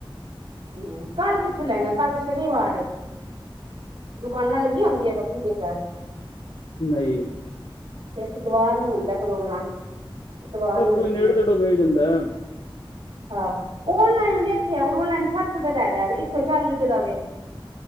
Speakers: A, on the right (about 75°); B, on the left (about 80°).
A: ਹੂੰ, ਕੱਲ ਕਿੱਥੋਂ ਲੈਣਾ ਕੱਲ ਤੇ ਸ਼ਨੀਵਾਰ ਏ? ਦੁਕਾਨਾਂ ਲੱਗੀਆ ਹੁੰਦੀਆਂ ਵਪੂ ਦੇ ਸੇਰ।
B: ਨਈ।
A: ਐਤਵਾਰ ਨੂੰ ਹੁੰਦਾ ਪ੍ਰੋਗਰਾਮ, ਇਤਵਾਰ
B: ਏਤੇ
A: ਨੂੰ
B: ਤੂੰਈ
A: ਲੱਗੂਗਾ
B: ਨੇੜੇ-ਤੇੜੇ ਮਿਲ ਜਾਂਦਾ।
A: ਹਾਂ ਔਨਲਾਈਨ ਵੇਖਿਆ, ਔਨਲਾਈਨ ਸੱਠ ਰੁਪਏ ਦਾ ਹੈਗਾ, ਤੇ ਇੱਕ ਸੋ ਚਾਲੀ ਰੁਪਏ ਦਾ ਵੀ।